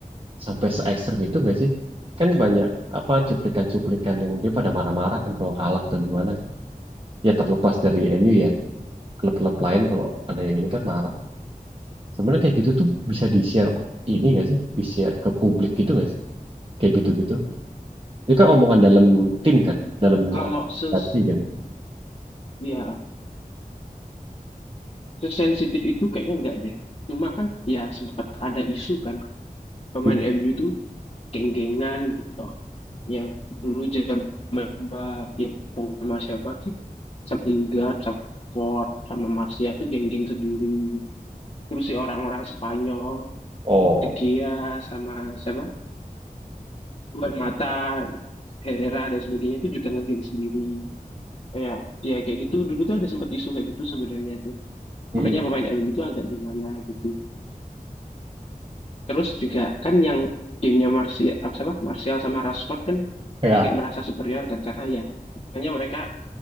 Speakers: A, on the right; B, on the left.
A: sampai se ekstrem itu nggak sih? Kan banyak apa cuplikan-cuplikan yang dia pada marah-marah kan kalau kalah atau gimana. Ya terlepas dari MU ya, klub-klub lain kalau ada yang ini kan marah. Sebenarnya kayak gitu tuh bisa di-share ini nggak sih? Di-share ke publik gitu nggak sih? Kayak gitu-gitu. Ini kan omongan dalam tim kan, dalam
B: Kalau
A: eh,
B: ses
A: hati kan.
B: ya sesensitif itu kayaknya enggak deh. Cuma kan ya sempat ada isu kan pemain
A: Hmm.
B: MU tuh geng-gengan gitu. Yang dulu zaman Mbak ya sama siapa sih? Sama Lingard, sama Ford, sama Martial tuh geng-geng sendiri. Terus si orang-orang Spanyol,
A: Oh,
B: De Gea sama siapa? Juan Mata Herrera dan sebagainya itu juga ngegeng sendiri. Kayak ya kayak gitu dulu tuh ada sempat isu kayak gitu sebenarnya tuh.
A: mm
B: Makanya pemain MU itu agak gimana gitu. Terus juga kan yang gengnya Martial apa siapa? Martial sama Rashford kan
A: Ya,
B: dia kayak merasa superior kan karena ya makanya mereka